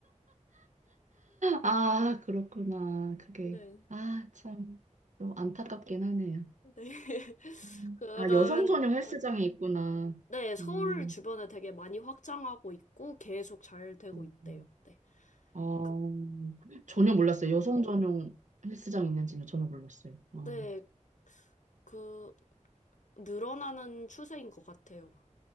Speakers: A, on the right (about 70°); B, on the left (about 70°).
A: 아, 그렇구나. 그게,
B: 네.
A: 아, 참, 좀 안타깝긴 하네요.
B: 네. <laughs>
A: 음.
B: 그러면,
A: 아, 여성 전용 헬스장이
B: 네.
A: 있구나.
B: 네, 서울
A: 어,
B: 주변에 되게 많이 확장하고 있고, 계속 잘 되고
A: 음.
B: 있대요. 네.
A: 어,
B: 그, 그,
A: 전혀 몰랐어요. 여성 전용 헬스장 있는지는 전혀 몰랐어요. 어.
B: 네. 그, 늘어나는 추세인 것 같아요.